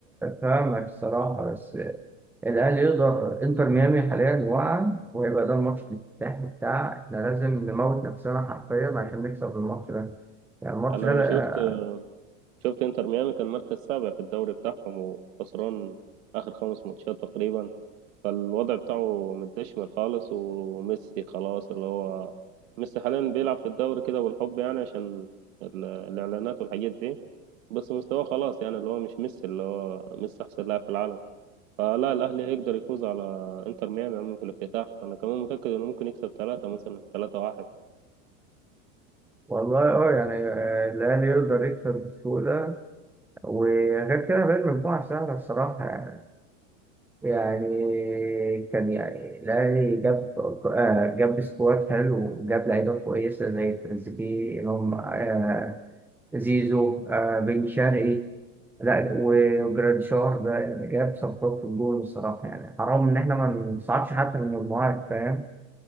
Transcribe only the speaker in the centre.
فاهمك الصراحة بس الأهلي يقدر إنتر ميامي حاليا واقع وهيبقى ده الماتش الافتتاحي بتاع إحنا لازم نموت نفسنا حرفيا عشان نكسب الماتش ده يعني الماتش
ده لأ-
والله اه يعني آه، الأهلي يقدر يكسب بسهولة وغير كده بقى المجموعة سهلة الصراحة يعني يعني كان يعني الأهلي جاب آه، جاب سكواد حلو وجاب لعيبة كويسة زي تريزيجيه إمام آه، زيزو آه بن شرقي لا وجراديشار ده يعني جاب صفقات في الجول الصراحة يعني حرام إن إحنا ما نصعدش حتى من المجموعات فاهم